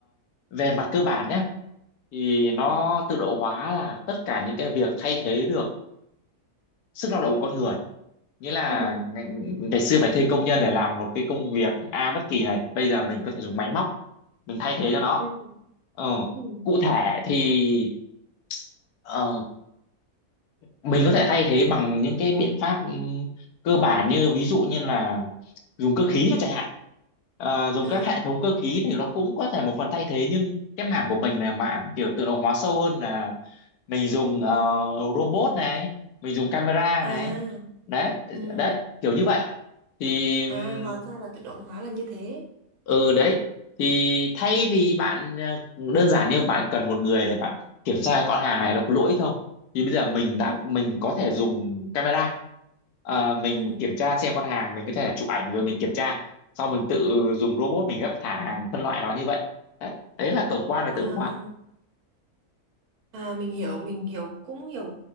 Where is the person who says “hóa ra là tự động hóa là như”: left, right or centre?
Right